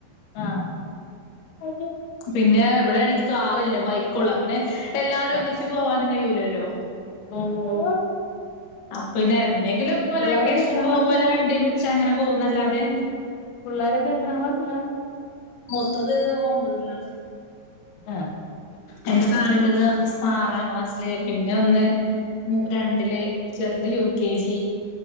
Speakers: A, on the left; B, on the left.
A: ആഹ് അത്
B: പിന്നെ ഇവിടെ ആണെങ്കി കാറില്ല ബൈക്കൊള്ളു പിന്നെ എല്ലാരും
A: ആഹ്
B: ഒന്നിച്ച് പോവാനും കഴിയൂലല്ലോ.
A: ഓ ഓ.
B: അപ്പോ പിന്നെ എന്നെങ്കിലും ഒക്കെ ഓലെ
A: പിള്ളോരൊക്കെ
B: വെക്കേഷനക്കെ
A: എത്രാം
B: ആകുമ്പോലെ
A: ക്ലാസ്സിലാ
B: വണ്ടീ പിടിച്ചാ അങ്ങനെ പോകുന്നല്ലാതെ.
A: പുള്ളാരൊക്കെ എത്രാം ക്ലാസ്സിലാ?
B: മൂത്തത് ഒമ്പതിലാണ്.
A: ആഹ്
B: എയിന്റെ തായിള്ളത് ആറാം ക്ലാസ്സില് പിന്നെ ഒന്ന്. മൂ രണ്ടില് ചെറുത് യു കെ ജി.